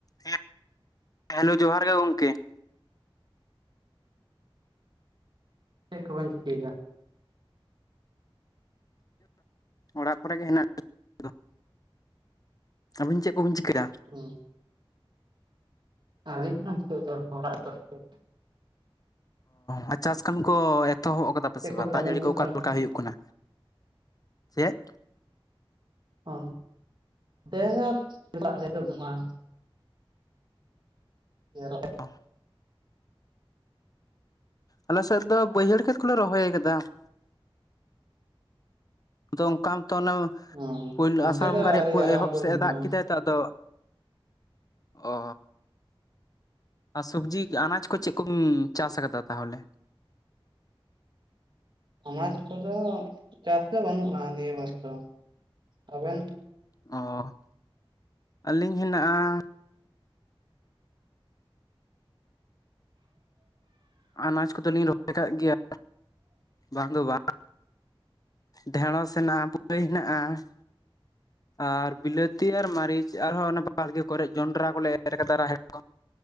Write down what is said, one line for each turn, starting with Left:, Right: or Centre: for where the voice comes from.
Left: ᱦᱮ, hello ᱡᱚᱦᱟᱨ ᱜᱮ ᱜᱚᱢᱠᱮ ᱾
Right: ᱪᱮᱫ ᱠᱚᱵᱮᱱ ᱪᱤᱠᱟᱭ ᱫᱟ?
Left: ᱚᱲᱟᱜ ᱠᱚᱨᱮ ᱜᱮ ᱦᱮᱱᱟᱜ ᱞᱤᱧᱟ᱾ ᱟᱹᱵᱤᱱ ᱪᱮᱫ ᱠᱚᱵᱤᱱ ᱪᱤᱠᱟᱹᱭᱟ?
Right: ᱦᱩᱸ ᱾ ᱟᱞᱤᱧ ᱦᱚᱸ ᱱᱤᱛᱚᱜ ᱫᱚ ᱚᱲᱟᱜ ᱠᱚᱨᱮ ᱜᱮ ᱾
Left: ᱚ ᱪᱟᱥ ᱠᱟᱹᱢᱤ ᱠᱚ ᱮᱛᱚᱦᱚᱵ ᱠᱟᱫᱟ ᱯᱮ
Right: ᱪᱮᱫ
Left: ᱥᱮ ᱵᱟᱝ ᱫᱟᱜ
Right: ᱠᱟᱹᱢᱤ
Left: ᱡᱟᱹᱲᱤ
Right: ᱦᱩᱭᱩᱜ
Left: ᱠᱚ ᱚᱠᱟ
Right: ᱠᱟᱱ
Left: ᱞᱮᱠᱟ
Right: ᱛᱟᱦᱮᱸᱫ
Left: ᱦᱩᱭᱩᱜ ᱠᱟᱱᱟ? ᱪᱮᱫ
Right: <inaudible> <inaudible>
Left: ᱚ ᱟᱞᱮ ᱥᱮᱫ ᱫᱚ ᱵᱟᱹᱭᱦᱟᱹᱲ ᱠᱷᱮᱛ ᱠᱚᱞᱮ ᱨᱚᱦᱚᱭ ᱟᱠᱟᱫᱟ ᱾ ᱟᱫᱚ ᱚᱱᱠᱟᱱ ᱢᱚᱛᱚ ᱚᱱᱮ
Right: ᱦᱚᱸ
Left: ᱯᱳᱭᱞᱳ
Right: ᱱᱚᱱᱛᱮ
Left: ᱟᱸᱥᱟᱲ ᱵᱚᱸᱜᱟ
Right: ᱫᱚ
Left: ᱨᱮᱭᱟᱜ
Right: ᱟᱹᱣᱨᱤ ᱟᱨᱟᱢᱵᱚ
Left: ᱮᱦᱚᱵ ᱥᱮᱫ
Right: ᱦᱩᱭᱩᱜᱼᱟ
Left: ᱮ ᱫᱟᱜ ᱠᱮᱫᱟᱭ ᱫᱟᱜ ᱫᱚ ᱚ ᱟᱨ ᱥᱚᱵᱽᱡᱤ ᱟᱱᱟᱡ ᱠᱚ ᱪᱮᱫ ᱠᱚᱢ ᱪᱟᱥ ᱟᱠᱟᱫᱟ ᱛᱟᱦᱚᱞᱮ
Right: ᱟᱱᱟᱡ ᱠᱚᱫᱚ ᱪᱟᱥ ᱫᱚ ᱵᱟᱹᱱᱩᱜᱼᱟ ᱱᱤᱭᱟᱹ ᱵᱟᱨ ᱫᱚ ᱾ ᱟᱵᱮᱱ
Left: ᱦᱚᱸᱻ ᱟᱹᱞᱤᱧ ᱦᱮᱱᱟᱜᱼᱟ ᱟᱱᱟᱡᱽ ᱠᱚᱫᱚ, ᱞᱤᱧ ᱨᱚᱦᱚᱭ ᱟᱠᱟᱜ ᱜᱮᱭᱟ, ᱵᱟᱝ ᱫᱚ ᱵᱟᱝ ᱰᱷᱮᱸᱲᱚᱥ ᱥᱮᱱᱟᱜ, <unintelligible> ᱵᱩᱫᱟᱹᱭ ᱦᱮᱱᱟᱜᱼᱟ ᱾ ᱟᱨ, ᱵᱤᱞᱟᱹᱛᱤ ᱟᱨ, ᱢᱟᱹᱨᱤᱪ, ᱟᱨᱦᱚᱸ ᱚᱱᱟ ᱵᱟᱲᱜᱮ ᱠᱚᱨᱮ, ᱡᱚᱸᱰᱨᱟ ᱠᱚᱞᱮ ᱮᱨ ᱟᱠᱟᱫᱟ ᱨᱟᱦᱮᱲ ᱠᱚ,